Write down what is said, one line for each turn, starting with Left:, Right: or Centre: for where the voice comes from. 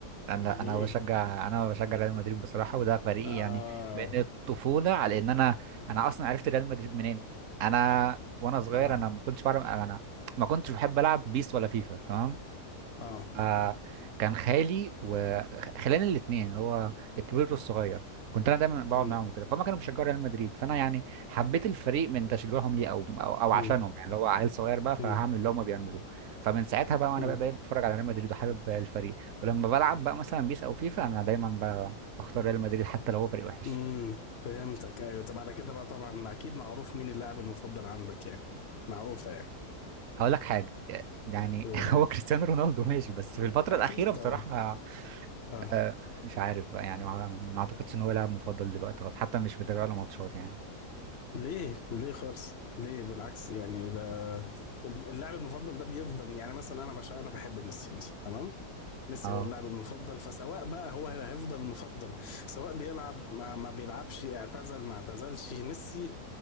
Right: انا
Left: <laughs>
Right: انا
Left: ليه
Right: بشجع انا بشجع ريال مدريد بصراحه وده فريقي
Left: اه
Right: يعني من الطفوله على ان انا انا اصلا عرفت ريال مدريد منين انا وانا صغير
Left: اه
Right: انا ما كنتش بعرف انا ما كنتش بحب العب بيس ولا فيفا تمام
Left: اه
Right: آه، كان خالي وخلاني الاثنين هو الكبير والصغير كنت انا دايما بقعد
Left: مم.
Right: معاهم وكده فهم كانوا بيشجعوا ريال مدريد فانا يعني حبيت الفريق من تشجيعهم ليه او او, أو عشانهم
Left: مم.
Right: يعني اللي هو عيل صغير بقى فهعمل
Left: مم.
Right: اللي هم بيعملوه فمن ساعتها بقى وانا
Left: مم.
Right: بقى بقيت بتفرج على ريال مدريد وحابب الفريق ولما بلعب بقى مثلا بيس او فيفا انا دايما ب- بختار ريال مدريد حتى لو هو فريق وحش
Left: مم. فهمتك ايوه طب على كده بقى طبعا اكيد معروف مين اللاعب المفضل عندك يعني معروفه يعني
Right: هقول لك حاجه يعني
Left: قول
Right: <laughs>
Left: حاجه
Right: هو كريستيانو رونالدو ماشي بس في الفتره
Left: اكيد
Right: الاخيره بصراحه
Left: طبعا اه
Right: آه، مش عارف بقى يعني ما ما اعتقدش ان هو لاعب مفضل دلوقتي خالص حتى مش متابع له ماتشات يعني
Left: ليه ليه خالص ليه بالعكس يعني ده الم- اللاعب المفضل ده بيفضل يعني مثلا انا بشا... انا بحب ميسي مثلا تمام ميسي
Right: اه
Left: هو اللاعب المفضل فسواء بقى هو هيفضل مفضل سواء بيلعب ما, ما بيلعبش اعتزل ما اعتزلش ميسي